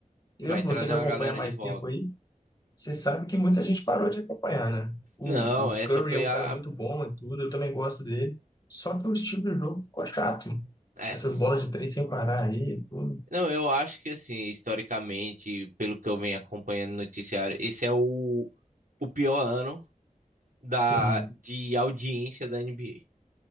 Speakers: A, on the left (about 30°); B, on the right (about 80°).
A: eu,
B: Vai
A: você
B: trazer
A: que
B: uma
A: acompanha
B: galera
A: há mais
B: de volta.
A: tempo aí, você sabe que muita gente parou de acompanhar, né? O,
B: Não, essa
A: o Curry
B: foi
A: é um
B: a.
A: cara muito bom e tudo, eu também gosto dele. Só que o estilo de jogo ficou chato.
B: É.
A: Essas bolas de três sem parar aí, tudo.
B: Não, eu acho que, assim, historicamente, pelo que eu venho acompanhando no noticiário, esse é o, o pior ano da,
A: Sim.
B: de audiência da NBA.